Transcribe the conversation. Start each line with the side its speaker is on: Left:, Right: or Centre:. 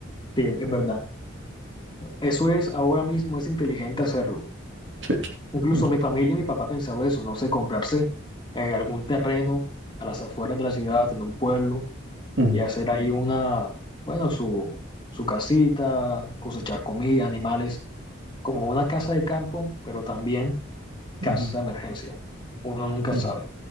Left: Sí, es verdad. Eso es ahora mismo, es inteligente hacerlo.
Right: Sí.
Left: Incluso
Right: Ujú,
Left: mi familia y mi papá pensaba eso, no sé, comprarse eh, algún terreno a las afueras de la ciudad, en un pueblo,
Right: ujú,
Left: y hacer ahí una, bueno, su, su casita, cosechar comida, animales, como una casa de campo, pero también
Right: ujú.
Left: casa de emergencia. Uno nunca
Right: sí.
Left: sabe.